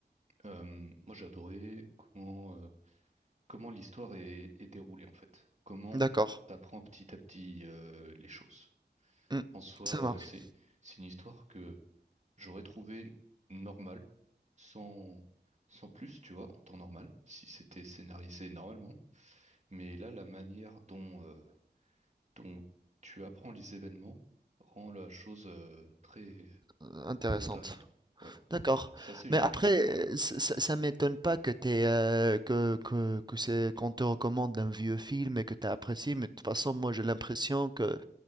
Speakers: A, on the right (about 40°); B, on the right (about 25°).
A: Euh, moi, j'ai adoré comment euh, comment l'histoire est, est déroulée en fait. Comment
B: D'accord.
A: t'apprends petit à petit euh, les choses.
B: Mm,
A: En soi,
B: ça
A: euh,
B: marche.
A: c'est c'est une histoire que j'aurais trouvé normale, sans sans plus, tu vois, en temps normal, si c'était scénarisé normalement. Mais là, la manière dont euh, dont tu apprends les événements rend la chose euh, très
B: Euh, Intéressante.
A: très intéressante. Ouais,
B: D'accord.
A: c'est assez unique
B: Mais après,
A: comme film.
B: euh, ça, ça- ça m'étonne pas que t'es, euh, que, que, que c'est qu'on te recommande un vieux film et que tu as apprécié, mais de toute façon, moi j'ai l'impression que